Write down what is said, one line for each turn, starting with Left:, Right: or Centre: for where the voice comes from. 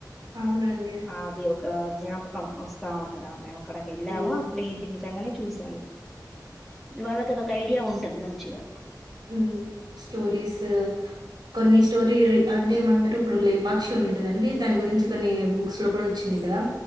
Right: అవునండి
Centre: ఆ అది ఒక జ్ఞాపకం వస్తా ఉంటది ఆ మేము అక్కడికి వెళ్ళాము
Right: మ్మ్.
Centre: అప్పుడు ఇది నిజంగానే చూశాను ఈ వాళ్ళకి అది ఒక ఐడియా ఉంటది మంచిగా
Right: ఊమ్ స్టోరీస్ కొన్ని స్టోరీ అంటే ఏమంటారు ఇప్పుడు లేపాక్షి ఉంది కదండి దాని గురించి కొన్ని బుక్స్ లో కూడా వచ్చింది కదా